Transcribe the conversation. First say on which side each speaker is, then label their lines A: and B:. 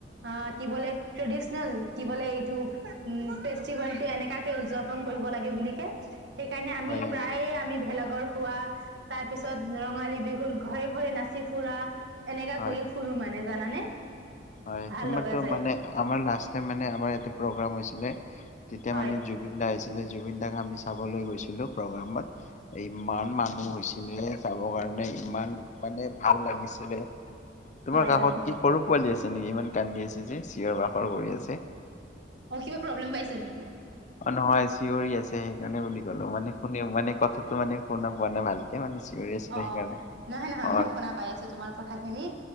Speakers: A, on the right; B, on the left.
A: আ, কি বোলে ট্ৰেডিচনেল কি বলে এইটো উ, ফেষ্টিভেলটো এনেকা উদযাপন কৰিব লাগে বুলিকে সেইকাৰণে আমি
B: হয় হয়
A: প্ৰায়ে আমি ভেলাঘৰ খোৱা তাৰপিছত ৰঙালী বিহুত ঘৰে ঘৰে নাচি ফুৰা এনেকা
B: হয়
A: কৰি ফুৰো মানে জানানে।
B: হয়,
A: ভাল
B: তোমাৰটো
A: লগা যায়
B: মানে আমাৰ লাষ্ট টাইম মানে আমাৰ ইয়াতে প্ৰগ্ৰাম হৈছিলে তেতিয়া
A: হয়
B: মানে জো জুবিন দা আহিছিলে জুবিন দাক আমি চাবলৈ গৈছিলোঁ প্ৰগ্ৰামত। ইমান মানুহ হৈছিলে চাবৰ কাৰণে, ইমান মানে ভাল লাগিছিলে। তোমাৰ
A: হয়
B: কাষত
A: হয়
B: কি সৰু পোৱালি আছে নেকি? ইমান কান্দি আছে যে, চিঞৰ বাখৰ কৰি আছে।
A: অ' কিবা প্ৰব্লেম পাইছে নেকি?
B: অ নহয় চিঞৰি আছে সেইকাৰণে বুলি ক'লো, মানে শুনি মানে কথাটো মানে শুনা পোৱা নাই ভাল কে মানে চিঞৰি আছিলে
A: অ'
B: সেইকাৰণে
A: নহয় নহয়
B: অ
A: মই শুনা পাই আছোঁ তোমাৰ কথাখিনি।